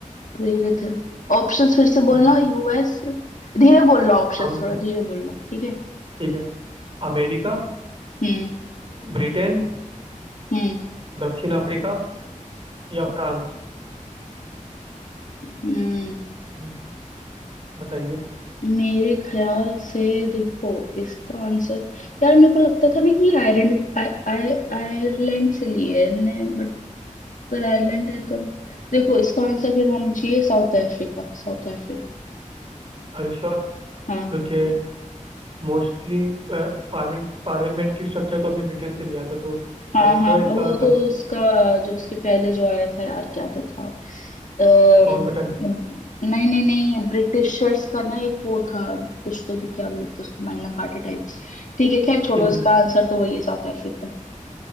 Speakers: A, on the left (about 70°); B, on the right (about 40°).
A: प्रेरित है ऑप्शंस फिर से बोलना
B: हम्म।
A: यूएस धीरे बोलना ऑप्शंस
B: हम
A: थोड़ा धीरे बोलना ठीक है
B: ठीक है अमेरिका
A: हम्म
B: ब्रिटेन
A: हम्म
B: दक्षिण अफ्रीका या फ्रांस
A: हम्म
B: हम्म, बताइए
A: मेरे ख्याल से देखो इसका आंसर यार मेरे को लगता था ना कि आयरलैंड आय, आय, आयरलैंड से लिए है बट अगर आयरलैंड है तो देखो इसका आंसर फिर होना चाहिए साउथ अफ्रीका साउथ अफ्रीका
B: अरे श्योर
A: हाँ
B: क्योंकि मोस्टली पार्लियामेंट पार्लियामेंट्री स्ट्रक्चर तो हमने ब्रिटेन से लिया था तो
A: हाँ
B: अरे श्योर
A: हाँ
B: इसका
A: वो
B: सम
A: तो उसका जो उसके पहले जो आया था यार क्या तो था अम,
B: माउंटबेटन
A: नहीं नहीं नहीं ब्रिटिशर्स का ना एक वो था कुछ तो भी क्या बोलते हैं उसको मैग्ना कार्टा टाइप ठीक है खैर छोड़ो
B: ठीक
A: इसका
B: है
A: आंसर तो वही है साउथ अफ्रीका